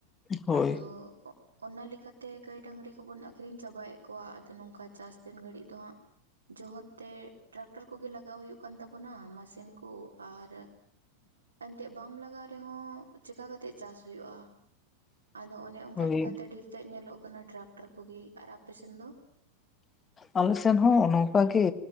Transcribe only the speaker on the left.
ᱦᱳᱭ
ᱦᱳᱭ
ᱟᱞᱮ ᱥᱮᱱ ᱦᱚᱸ ᱱᱚᱝᱠᱟ ᱜᱮ